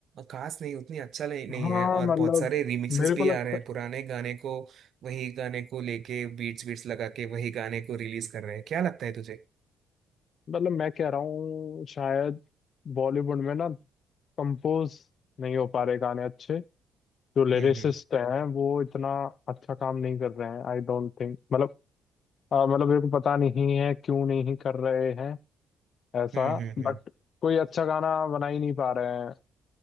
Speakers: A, on the right; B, on the left.
A: खास नहीं उतनी अच्छा नहीं, नहीं
B: हाँ
A: है और
B: मतलब
A: बहुत सारे रिमिक्सेस
B: मेरे
A: भी
B: को लगता
A: आ रहे हैं पुराने गाने को वही गाने को लेके बीट्स बीट्स लगा के वही गाने को रिलीज कर रहे हैं क्या लगता है तुझे
B: मतलब मैं कह रहा हूँ शायद बॉलीवुड में ना कंपोज नहीं हो पा रहे गाने अच्छे जो लिरिसिस्ट
A: हम्म हम्म
B: हैं वो इतना अच्छा काम नहीं कर रहे हैं आई डोंट थिंक मतलब अ, मतलब मेरे को पता नहीं है क्यों नहीं कर रहे हैं ऐसा
A: हम्म हम्म
B: बट
A: हम्म
B: कोई अच्छा गाना बना ही नहीं पा रहे हैं